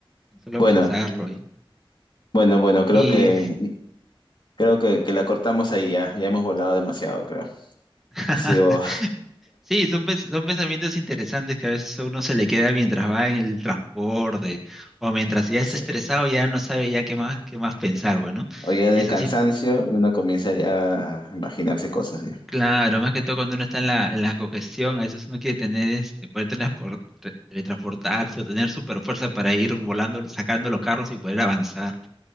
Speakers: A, in the centre; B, on the left.
A: con solo
B: Bueno,
A: pensarlo y,
B: bueno, bueno, creo
A: y
B: que creo que, que la cortamos ahí ya. Ya hemos volado demasiado, creo.
A: <laughs>
B: Ha sido
A: Sí, son, pens- son pensamientos interesantes que a veces a uno se le queda mientras va en el transporte o mientras ya está
B: <laughs>
A: estresado, ya no sabe ya qué más, qué más pensar, bueno.
B: o ya de
A: Es
B: cansancio,
A: así, es así.
B: uno comienza ya a imaginarse cosas ya.
A: Claro, más que todo cuando uno está en la, en la congestión, a veces uno quiere tener, este, poder transpor- tre- teletransportarse o tener super fuerza para ir volando, sacando los carros y poder avanzar